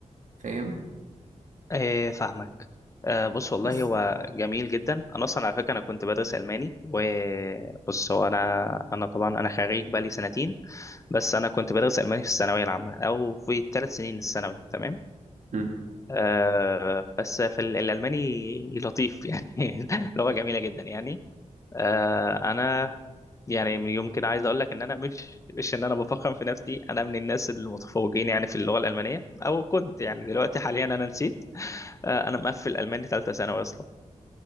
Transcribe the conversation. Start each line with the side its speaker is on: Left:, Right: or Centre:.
Right: فاهم
Left: آه فاهمك آه، بص والله
Right: بس
Left: هو جميل جدا انا اصلا على فكره انا كنت بدرس الماني وبص هو انا انا طبعا انا خريج بقالي سنتين بس انا كنت بدرس الماني في الثانويه العامه او في ثلاث سنين الثانوي تمام
Right: مم.
Left: آه بس في ال- الالماني لطيف يعني <laughs> لغه جميله جدا يعني آه انا يعني يمكن عايز اقول لك ان انا مش مش ان انا بفخم في نفسي انا من الناس المتفوقين يعني في اللغه الالمانيه او كنت يعني دلوقتي حاليا انا نسيت آه، انا مقفل الماني ثالثه ثانوي اصلا